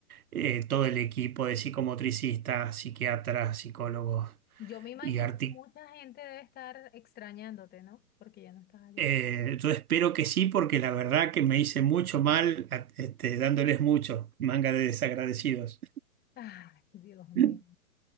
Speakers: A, on the right (about 75°); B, on the left (about 20°).
A: eh, todo el equipo de psicomotricistas, psiquiatras, psicólogos
B: Yo me imagino
A: y arti
B: que mucha gente debe estar extrañándote, ¿no? Porque ya no estás allá.
A: eh, yo espero que sí, porque la verdad que me hice mucho mal, a- este, dándoles mucho, manga de desagradecidos.
B: Ay, Dios mío.
A: <laughs>